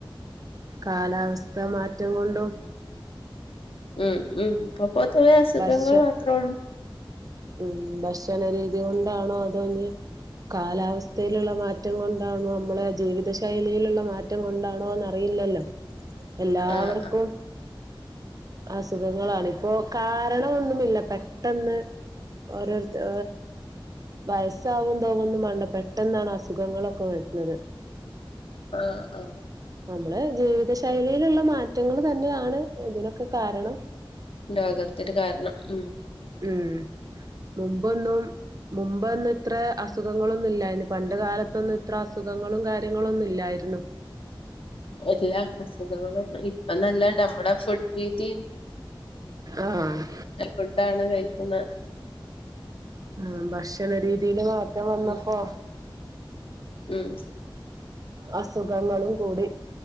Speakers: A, on the right; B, on the left.
A: കാലാവസ്ഥ മാറ്റം കൊണ്ടും.
B: ഉം-ഉം-ഇപ്പൊ പൊതുവേ അസുഖങ്ങൾ
A: ഭക്ഷ്യ
B: മാത്രേള്ളൂ.
A: ഉം, ഭക്ഷണരീതി കൊണ്ടാണോ അതോ ഇഞ്ഞ് കാലാവസ്ഥയിലുള്ള മാറ്റം കൊണ്ടാണോ, നമ്മളെ ജീവിത ശൈലിയിലുള്ള മാറ്റം കൊണ്ടാ ണോന്നറിയില്ലല്ലോ എല്ലാവർക്കും
B: ആഹ് ആഹ്
A: അസുഖങ്ങളാണ്. ഇപ്പോ കാരണമെന്നുമില്ല പെട്ടെന്ന്, ഓരോര്ത്ത വയസ്സാവതോന്നും വേണ്ട, പെട്ടെന്നാണ് അസുഖങ്ങളൊക്കെ വരുന്നത്.
B: ആ ആ
A: നമ്മളെ ജീവിത ശൈലിയിലുള്ള മാറ്റങ്ങൾ തന്നെയാണ് ഇതിനൊക്കെ കാരണം.
B: രോഗത്തിന് കാരണം ഉം.
A: ഉം, മുമ്പൊന്നും മുമ്പൊന്നും ഇത്ര അസുഖങ്ങളൊന്നുല്ലായിനു. പണ്ട് കാലത്തൊന്നും ഇത്ര അസുഖങ്ങളും കാര്യങ്ങളൊന്നും ഇല്ലാ യിരുന്നു.
B: എല്ലാ അസുഖങ്ങളും ഇപ്പം നല്ലണ്ട്, നമ്മുടെ ഫുഡ് രീതിയും,
A: ആഹ.
B: ഫുഡാണ് കഴിക്കുന്ന.
A: ഉം... ഭക്ഷണ രീതിയിൽ മാറ്റം വന്നപ്പോ,
B: ഉം ഉം...
A: അസുഖങ്ങളും കൂടി,